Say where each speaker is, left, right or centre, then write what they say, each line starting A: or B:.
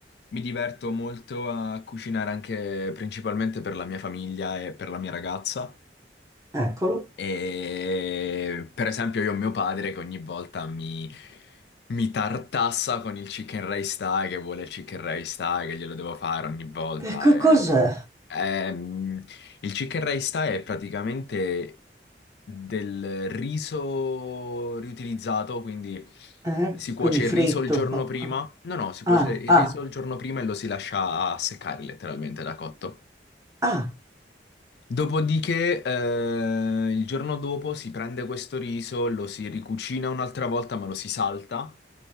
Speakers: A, on the left (about 65°); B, on the right (about 15°).
A: mi diverto molto a cucinare anche principalmente per la mia famiglia e per la mia ragazza.
B: Eccolo.
A: E per esempio io ho mio padre che ogni volta mi, mi tartassa con il chicken rice thai, che vuole il chicken rice thai, che glielo devo fare ogni volta.
B: E che cos'è?
A: e- Ehm, il chicken rice thai è praticamente del riso riutilizzato, quindi
B: Eh,
A: si cuoce
B: Quindi fritto
A: il riso il giorno
B: un po'.
A: prima.
B: Ah,
A: No, no, si
B: ah,
A: cuoce il
B: ah.
A: riso il giorno prima e lo si lascia seccare letteralmente da cotto.
B: ah.
A: Dopodiché, eh, il giorno dopo si prende questo riso, lo si ricucina un'altra volta, ma lo si salta.